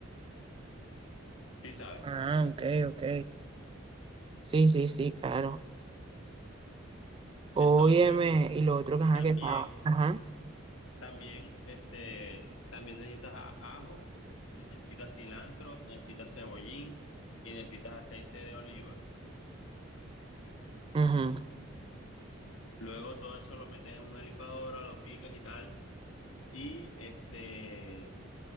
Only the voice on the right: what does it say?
Ah, ok, ok. Sí, sí, sí, claro.
Óyeme, y lo otro que ajá,
que estaba. Ajá.
ujú.